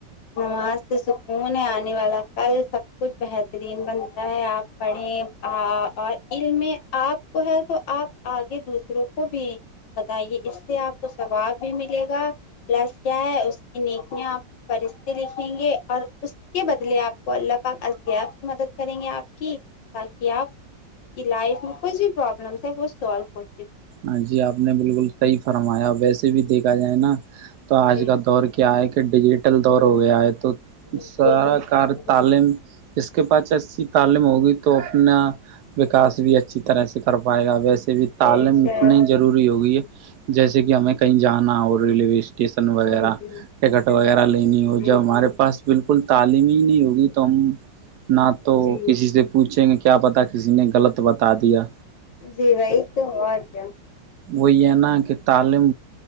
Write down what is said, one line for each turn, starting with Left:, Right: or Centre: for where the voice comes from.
Left: نماز سے سکون ہے آنے والا کل سب کچھ بہترین بنتا ہے آپ پڑھیں اور علم میں آپ کو ہے تو آپ آگے دوسروں کو بھی بتائیے اس سے آپ کو ثواب بھی ملے گا پلس کیا ہے اس کی نیکیاں آپ فرشتے لکھیں گے اور اس کے بدلے آپ کو اللہ پاک غائب سے مدد کریں گے آپ کی تاکہ آپ کی لائف میں کوئی جو پرابلمس ہے وہ سولف ہو
Right: ہاں جی آپ نے بالکل صحیح فرمایا ویسے بھی دیکھا جائے نا تو آج
Left: جی
Right: کا دور کیا ہے کہ کہ ڈیجیٹل دور ہو گیا ہے تو
Left: بالکل
Right: سرا
Left: بالکل
Right: کار
Left: جی
Right: تعلیم اس کے پاس ایسی تعلیم ہوگی تو اپنا وکاس بھی اچھی طرح سے کر پائے گا ویسے بھی تعلیم
Left: بے شک
Right: اتنی ضروری ہوگئی ہے جیسے کہ ہمیں کہیں جانا اور ریلوے اسٹیشن وغیرہ
Left: جی جی
Right: ٹکٹ وغیرہ
Left: جی
Right: لینی ہو
Left: جی
Right: جب ہمارے
Left: جی
Right: پاس بالکل تعلیم ہی نہیں ہوگی تو ہم نہ تو
Left: جی
Right: کسی سے پوچھیں گے کیا پتا کسی نے غلط بتا دیا
Left: جی وہی تو اور کیا
Right: وہ یہ نا کہ تعلیم